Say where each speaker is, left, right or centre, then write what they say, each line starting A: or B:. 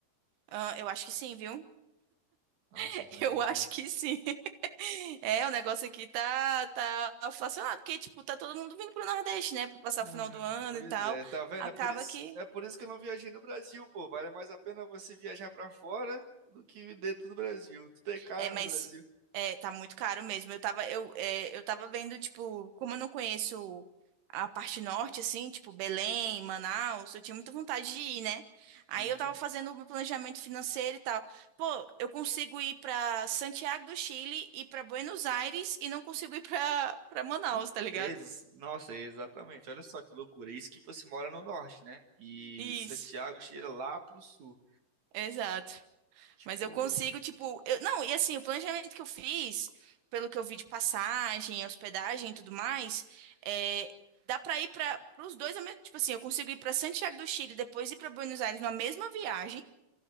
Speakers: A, on the right; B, on the right.
A: Ah, eu acho que sim, viu?
B: Nossa,
A: <laughs>
B: então é
A: Eu
B: bem
A: acho
B: caro.
A: que sim. <laughs> É, o negócio aqui tá, tá inflacionado, porque, tipo, tá todo mundo vindo pro Nordeste, né? Pra passar o
B: Ah,
A: final do ano
B: pois
A: e tal.
B: é, tá vendo?
A: Acaba
B: É por isso,
A: que.
B: é por isso que eu não viajei no Brasil, pô. Vale mais a pena você viajar pra fora do que dentro do Brasil. Tudo é caro
A: É, mas
B: no Brasil.
A: é, tá muito caro mesmo. Eu tava, eu, é, eu tava vendo, tipo, como eu não conheço a parte norte, assim, tipo, Belém, Manaus, eu tinha muita vontade de ir, né? Aí
B: Uhum.
A: eu tava fazendo o meu planejamento financeiro e tal. Pô, eu consigo ir pra Santiago do Chile e pra Buenos Aires e não consigo ir pra, pra Manaus,
B: Em-
A: tá ligado?
B: ex- Nossa, exatamente. Olha só que loucura. Isso que você mora no norte, né? E
A: Isso,
B: Santiago cheira lá pro sul.
A: exato.
B: Tipo,
A: Mas eu consigo, tipo, eu- não, e assim, o planejamento que eu fiz, pelo que eu vi de passagem, hospedagem e tudo mais, é, dá pra ir para os dois ao mesmo, tipo assim, eu consigo ir pra Santiago do Chile, depois ir pra Buenos Aires na mesma viagem